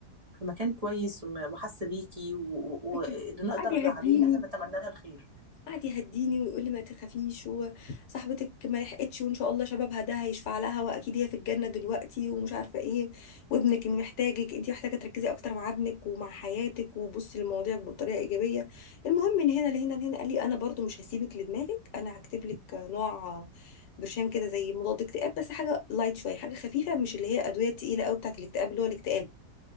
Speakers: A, on the right (about 30°); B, on the left (about 85°).
A: في مكان كويس وم- وحاسه بيكي و- و- واللي
B: كده
A: نقدر
B: وقعد يهديني
A: عليه ان احنا نتمنى لها الخير
B: قعد يهديني ويقول لي ما تخافيش وصاحبتك ما لحقتش وان شاء الله شبابها ده هيشفع لها واكيد هي في الجنه دلوقتي ومش عارفه ايه وابنك اللي محتاجك انت محتاجه تركزي اكتر مع ابنك ومع حياتك وبصي للمواضيع بطريقه ايجابيه المهم من هنا لهنا لهنا قال لي انا برضو مش هسيبك لدماغك انا هكتب لك نوع برشام كده زي مضاد اكتئاب بس حاجه لايت شويه حاجه خفيفه مش اللي هي ادويه تقيله قوي بتاعت الاكتئاب اللي هو الاكتئاب